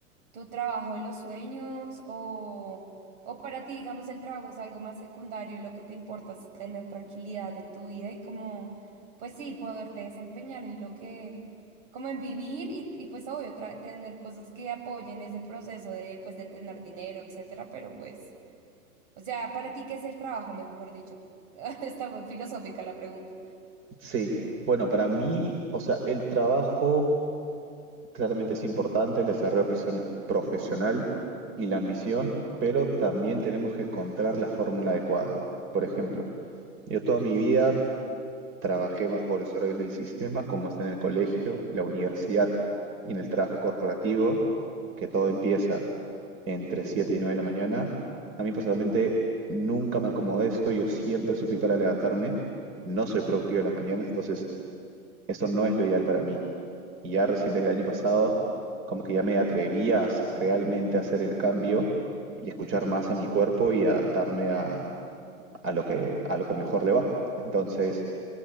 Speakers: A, on the right; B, on the right.
A: tu trabajo de los sueños? O, o para ti, digamos, el trabajo es algo más secundario y lo que te importa es tener tranquilidad en tu vida y como, pues sí, poderte desempeñar en lo que, como en vivir y, y pues obvio, tra- tener cosas que apoyen ese proceso de, pues, de tener dinero, etcétera. Pero pues, o sea, para ti, ¿qué es el trabajo, mejor dicho? <laughs> Está muy filosófica la pregunta.
B: Sí, bueno, para mí, o sea, el trabajo claramente es importante, el desarrollo persona- profesional y la ambición, pero también tenemos que encontrar la fórmula adecuada. Por ejemplo, yo toda mi vida Trabajé bajo los horarios del sistema, como está en el colegio, la universidad y en el trabajo corporativo, que todo empieza entre 7 y 9 de la mañana. A mí personalmente nunca me acomodé esto, yo siempre sufrí para levantarme, no soy productivo en las mañanas, entonces esto no es lo ideal para mí. Y ya recién desde el año pasado, como que ya me atreví a s- realmente hacer el cambio y escuchar más a mi cuerpo y adaptarme a, a lo que, a lo que mejor le va. Entonces,